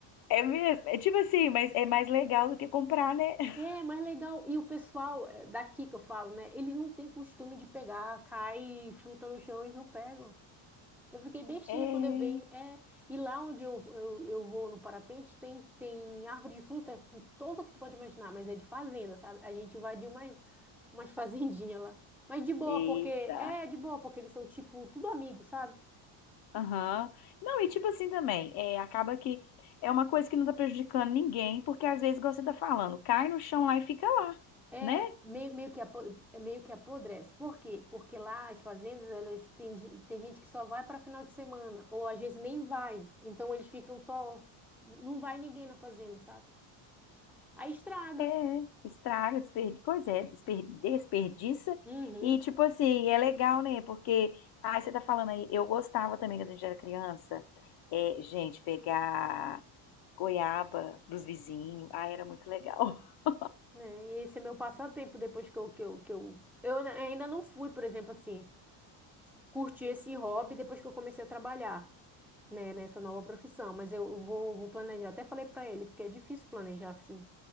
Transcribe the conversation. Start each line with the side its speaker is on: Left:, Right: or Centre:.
Left: é mesmo, é tipo assim, mas é mais legal do que comprar, né? <laughs>
Centre: É, mas é legal. E o pessoal eh, daqui que eu falo, né? Ele não tem costume de pegar, cai fruta no chão, eles não pegam. Eu fiquei bestinha
Left: É.
Centre: quando eu vi. É, e lá onde eu, eu, eu vou no parapente, tem, tem árvore de fruta com todo que tu pode imaginar, mas é de fazenda, sabe? A gente invadiu umas, umas <laughs> fazendinhas lá. Mas de boa,
Left: Eita.
Centre: porque. É, de boa, porque eles são tipo tudo amigos, sabe?
Left: Aham. Não, e tipo assim também, é, acaba que é uma coisa que não tá prejudicando ninguém, porque às vezes, igual você tá falando, cai no chão lá e fica lá,
Centre: É
Left: né?
Centre: meio, meio que apo- é meio que apodrece. Por quê? Porque lá as fazendas, elas têm, gen- tem gente que só vai para final de semana, ou às vezes nem vai. Então eles ficam só. Não vai ninguém na fazenda, sabe? Aí estraga.
Left: É, estraga, desperdi... pois é, desper- desperdiça.
Centre: Uhum.
Left: E, tipo assim, é legal, né? Porque, ah, você tá falando aí, eu gostava também quando a gente era criança, é, gente, pegar goiaba dos vizinhos, ah, era muito legal. <laughs>
Centre: Né? E esse é meu passatempo depois que eu, que eu, que eu, eu ainda não fui, por exemplo, assim. curti esse hobby depois que eu comecei a trabalhar, né, nessa nova profissão. Mas eu vou, vou planejar. Até falei para ele, porque é difícil planejar assim.